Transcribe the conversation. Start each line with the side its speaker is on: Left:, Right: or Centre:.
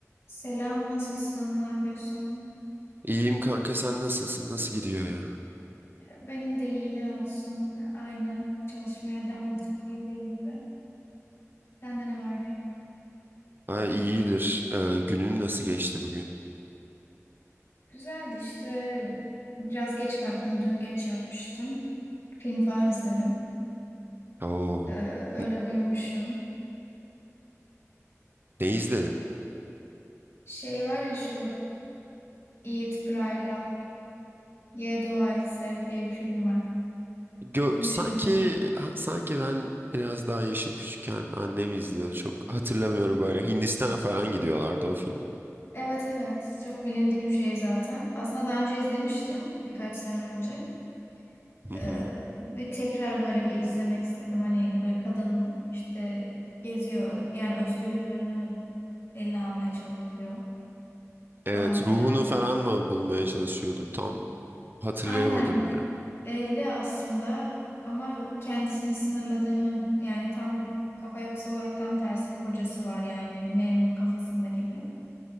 Left: Selam, nasılsın? Ne yapıyorsun?
Right: İyiyim kanka sen nasılsın? Nasıl gidiyor ya?
Left: Benim de iyi ne olsun. Aynı. Çalışmaya devam bildiğin gibi. Sende ne var ne yok.
Right: Ha iyidir. Ee, günün nasıl geçti bugün?
Left: Güzeldi işte. Biraz geç kalktım. Dün geç yapmıştım. Film falan izledim.
Right: Oo.
Left: Ee, öyle
Right: n-
Left: uyumuşum.
Right: Ne izledin?
Left: Şey var ya şu e, Eat, Pray, Love, Ye, Dua Et, Sev diye bir film var.
Right: Gö-
Left: Duymuş
Right: sanki
Left: muydun?
Right: ha- sanki ben biraz daha yaşım küçükken annem izliyordu. Çok hatırlamıyorum böyle. Hindistan'a falan gidiyorlardı o film.
Left: Evet evet. Çok bilindik bir şey zaten. Aslında daha önce izlemiştim. Birkaç sene önce.
Right: Hı hı.
Left: Ee, ve tekrar böyle bir izlemek istedim. Hani böyle kadın işte geziyor ö- yani özgürlüğünü eline almaya çalışıyor
Right: Evet,
Left: falan filan.
Right: ruhunu falan mı bulmaya çalışıyordu? Tam hatırlayamadım
Left: Aynen
Right: ya.
Left: evli aslında ama kendisini sınırladığını yani tam kafa yapısı olarak tam tersi bir kocası var yani memur kafasında gibi.